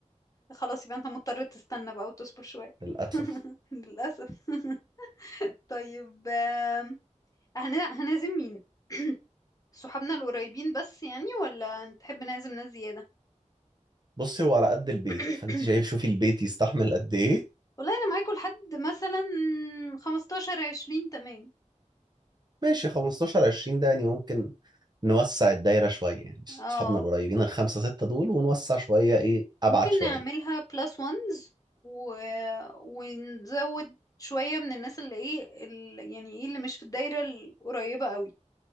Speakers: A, on the left (about 25°); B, on the right (about 35°).
A: خلاص يبقى انت مضطر تستنى بقى وتصبر شوية
B: للأسف
A: <laughs> للأسف <laughs> طيب آم، هن... هنعزم مين <clears throat> صحابنا القريبين بس يعني ولا تحب نعزم ناس زيادة
B: بصي هو على قد البيت
A: <clears throat>
B: فانت شايف شوفي البيت يستحمل قد ايه
A: والله انا معاكوا لحد مثلا خمستاشر عشرين تمام
B: ماشي 15 20 ده يعني ممكن نوسع الدايرة شوية يعني
A: اه
B: أصحابنا القريبين الخمسة ستة دول ونوسع شوية إيه أبعد
A: ممكن
B: شوية
A: نعملها بلس وانز و... ونزود شوية من الناس اللي ايه ال... يعني ايه اللي مش في الدايرة القريبة قوي